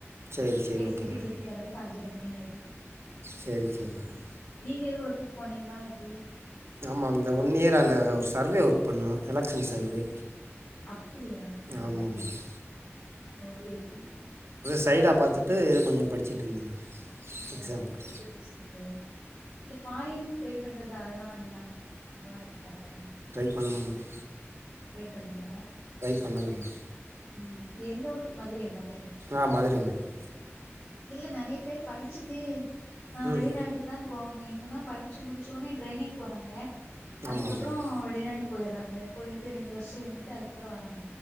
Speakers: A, on the right; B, on the left.
A: சரி சரி
B: பேசிட்டு
A: ஓகே மேடம்
B: வீட்டுக்கு வரதுக்கு அஞ்சர மணி ஆயிரு
A: சரி சரி மேடம்
B: நீங்க எதோ ஒர்க்கு போனீங்ளா எப்டி
A: ஆமா அந்த ஒன் இயர் அந்த ஒரு சர்வே ஒர்க் பண்ணோ எலெக்ஷன் சர்வே
B: அப்பிடியா ஆஹா
A: ஆமாம் மேடம்
B: ஓகே ஓகே
A: சைடா பாத்துட்டு இத கொஞ்சோ படிச்சுட்டு இருந்தே மேடம்
B: ஓ
A: எக்ஸாமுக்கு
B: சூப்பர் சூப்பர் இந்த ஃபாரின் ட்ரை பண்றது அதெல்லா இல்லையாங்க அங்கெல்லா இருக்காதா
A: பண்ல மேடம்
B: ட்ரை பண்ணல
A: பண்ணல மேம்
B: ம் எந்த ஊரு மதுரை மது
A: ஆ மதுரை மேடம்
B: இல்ல நெறய பேரு படிச்சிட்டு ஆ
A: ம்
B: வெளிநாட்டுக்கு தான போவாங்க இ ங்கல்லா படிச்சு முடிச்சோன்னே ட்ரைனிங் போறாங்க
A: ஆமாம்
B: அதுக்கப்பறோ
A: மேடம்
B: வெளிநாடு போயர்றாங்க போயிட்டு ரெண்டு வர்ஷோ இருந்துட்டு அதுக்க ப்பறோ வராங்